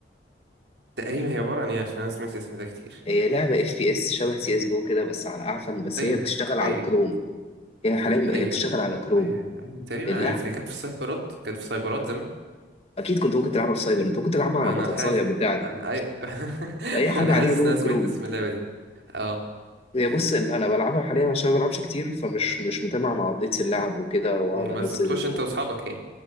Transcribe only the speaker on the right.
تقريبا هي عبارة عن إيه عشان أنا سمعت اسم ده كتير
أيوه
أيوه
أيوه
أيوه أيوه تقريبا
عارفها هي كانت في السايبرات كانت في سايبرات زمان
انا
حاسس
ايوه <laughs>
انا حاسس
ان انا سمعت
اسم اللعبه دي اه
مم،
بس بتخش انت واصحابك يعني